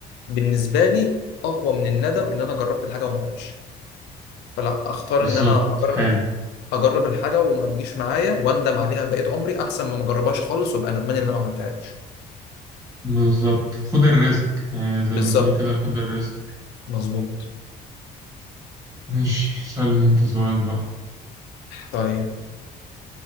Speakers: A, on the left (about 80°); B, on the right (about 20°).
A: بالنسبه لي اقوى من الندم ان انا جربت الحاجه وما جاتش فلا اختار
B: بالظبط
A: ان انا اجرب
B: حلو
A: اجرب الحاجه وما تجيش معايا واندم عليها بقيت عمري احسن ما ما اجربهاش خالص وابقى ندمان ان انا ما عملتهاش
B: بالظبط خد الريسك آه، زي
A: بالظبط
B: ما تقول كده خد الريسك
A: مظبوط
B: ماشي سألني انت سؤال بقى
A: طيب